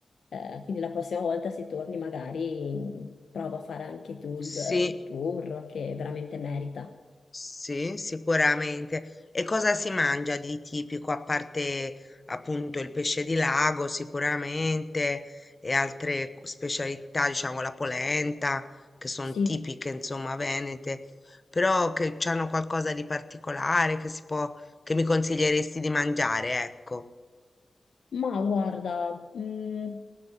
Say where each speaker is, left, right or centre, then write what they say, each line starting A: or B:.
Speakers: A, on the left; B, on the left.
A: Eh, quindi la prossima volta se torni magari mm, prova a fare anche tu il,
B: Sì,
A: il tour che veramente merita.
B: Sì, sicuramente. E cosa si mangia di tipico, a parte appunto il pesce di lago, sicuramente, e altre specialità, diciamo la polenta, che sono
A: Sì,
B: tipiche, insomma, venete, però che hanno qualcosa di particolare che si può, che mi consiglieresti di mangiare, ecco.
A: ma guarda, mh,